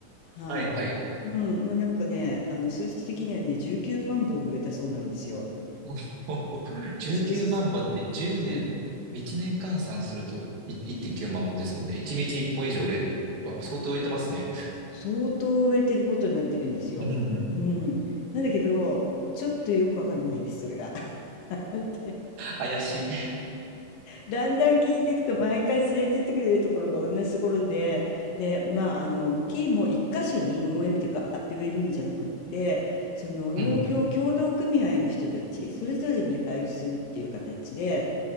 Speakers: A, on the left; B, on the right.
A: はい。
B: はいはい。
A: うん、まあ、なんかね、あの数値的にはね、19万本植えたそうなんですよ。
B: <laughs> おお19万本って10年、
A: ちょっとす、うん、
B: 1年換算するとい1.9万本ですもんね。1日1本以上売れ、わ相当売れてますね。
A: 相当植えてることになってるんですよ。
B: <laughs> うん。
A: うん。なんだけど、ちょっとよくわかんないんです、それが。<laughs> で
B: 怪しい。
A: だんだん聞いていくと、毎回連れてってくれるところが同じところで、で、まあ、あの、木も一箇所に農園見てガーって植えるんじゃなくって、その農業協同組合の人たち、
B: うん。
A: それぞれに配布するっていう形で、